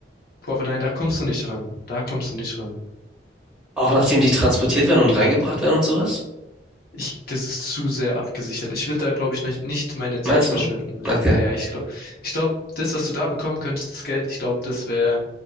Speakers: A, on the left; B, in the centre.
A: Boah, aber nein, da kommst du nicht ran. Da kommst du nicht ran.
B: Auch nachdem die transportiert werden und reingebracht werden und sowas?
A: Ich, das ist zu sehr abgesichert. Ich würde da, glaube ich, nicht, nicht meine Zeit
B: Meinst
A: verschwenden
B: du?
A: mit.
B: Okay.
A: Naja, ich glaube, ich glaube, das, was du da bekommen könntest, das Geld, ich glaube, das wäre,